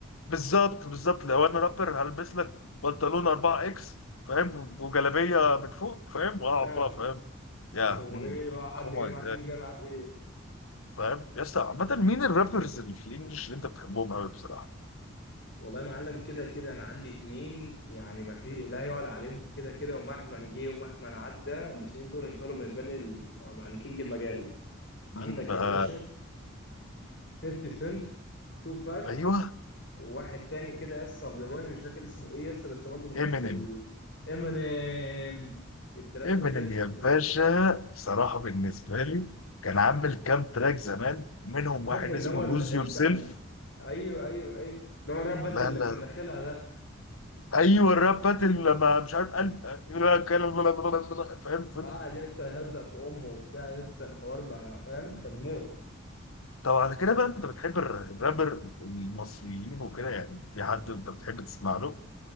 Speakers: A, on the left (about 80°); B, on the left (about 55°).
A: بالظبط بالظبط لو انا رابر هلبس لك بنطلون 4 اكس فاهم وجلابيه من فوق فاهم واقعد
B: اه
A: بقى فاهم يا
B: وايه بقى حد
A: كومان
B: جامع مين جامع بايه
A: فاهم يا اسطى عامه مين الرابرز اللي في الانجليش اللي انت بتحبهم قوي بصراحه
B: والله يا معلم كده كده انا عندي اتنين يعني ما في لا يعلى عليهم كده كده ومهما جه ومهما عدى الاتنين دول هيفضلوا بالنسبه لي ال- يعني كينج المجال عندك
A: مين بقى
B: يا باشا 50 سنت تو باك
A: ايوه
B: وواحد تاني كده يس ابيضاني مش فاكر اسمه ايه يس بس برضه من نفس
A: امينيم
B: ال امينيم التلاته
A: امينيم
B: دول يس
A: يا
B: ب-
A: باشا بصراحه بالنسبه لي كان عامل كام تراك زمان منهم واحد
B: فاكر اللي
A: اسمه
B: هو ال...
A: لوز
B: ال...
A: يور سيلف
B: ال... ايوه ايوه ايوه اللي هو الراب باتل
A: لا
B: اللي
A: لا
B: كان داخلها ده
A: ايوه الراب باتل لما مش عارف قلب لا كان- لا- لا- لا- لا- فاهم فضل
B: قعد يس يهزق في امه وبتاع يس الحوار بقى فاهم كان موت
A: طب على كده بقى انت بتحب الر- الرابر المصريين وكده يعني في حد انت بتحب تسمع له